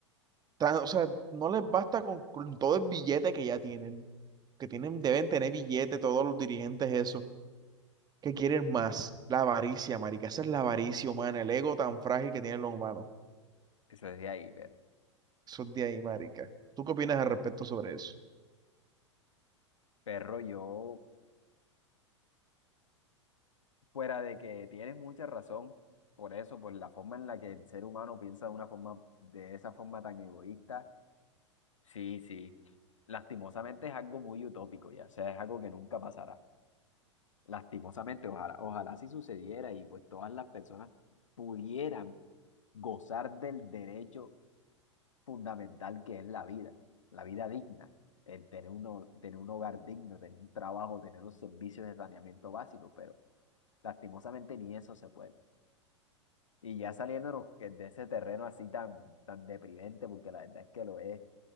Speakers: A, on the right; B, on the left.
A: tan- o sea, no les basta con, con todo el billete que ya tienen, que tienen, deben tener billete todos los dirigentes eso, que quieren más, la avaricia, marica, esa es la avaricia humana, el ego tan frágil que tienen los humanos,
B: Eso es de ahí, perro.
A: eso es de ahí, marica. ¿Tú qué opinas al respecto sobre eso?
B: Perro, yo, fuera de que tienes mucha razón por eso, por la forma en la que el ser humano piensa de una forma, de esa forma tan egoísta Sí, sí. Lastimosamente es algo muy utópico, ya, o sea, es algo que nunca pasará. Lastimosamente, ojalá, ojalá si sucediera y pues todas las personas pudieran gozar del derecho fundamental que es la vida, la vida digna, el tener un, ho- tener un hogar digno, tener un trabajo, tener los servicios de saneamiento básico, pero lastimosamente ni eso se puede. Y ya saliéndonos que- de ese terreno así tan, tan deprimente, porque la verdad es que lo es